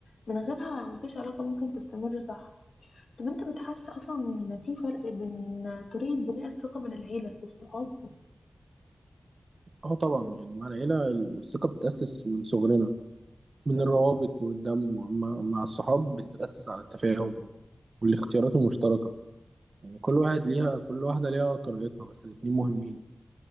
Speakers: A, on the left; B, on the right.
A: من غيرها مفيش علاقة ممكن تستمر صح طب انت بتحس اصلا ان في فرق بين طريقة بناء الثقة بين العيلة والصحاب
B: أه طبعا يعني مع العيلة الثقة بتتأسس من صغرنا من الروابط والدم وأما مع الصحاب بتتأسس على التفاهم والاختيارات المشتركة يعني كل واحد ليها كل واحدة ليها طريقتها بس الاتنين مهمين